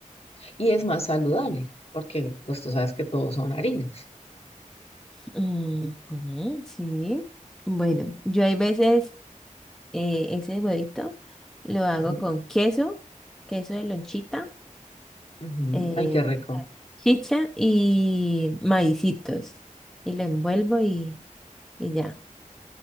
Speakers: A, on the left; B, in the centre.
A: Y es más saludable, porque pues tú sabes que todos son harinas.
B: Mm, ujú, sí. Bueno, yo hay veces eh, ese huevito lo hago
A: Ujú,
B: con queso, queso de lonchita,
A: ujú.
B: eh,
A: Ay, qué rico.
B: chicha y maicitos. Y lo envuelvo y, y ya.